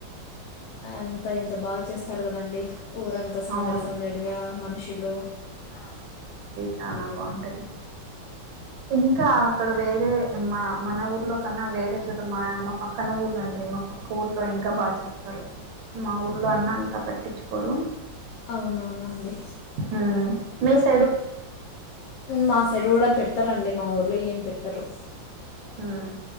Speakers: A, on the left (about 75°); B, on the right (about 80°).
A: అంతా ఇంత బాగా చేస్తారు కదండీ ఊరంతా సందడి
B: అవును
A: సందడిగా మనుషులు ఆ
B: చాలా బాగుంటది ఇంకా అక్కడ వేరే మా మన ఊర్లో కన్నా వేరే చోట, మా మా పక్కన ఊర్లు అండి. మా పక్క ఊర్లో ఇంకా బాగా చేస్త. రు మా ఊర్లో అన్న అంత పట్టించుకోరు.
A: అవునవునండి
B: ఊ మీస్
A: మా సైడ్ కూడా పెట్టారండి మా ఊర్లో ఏం పెట్ట రు
B: హ్మ్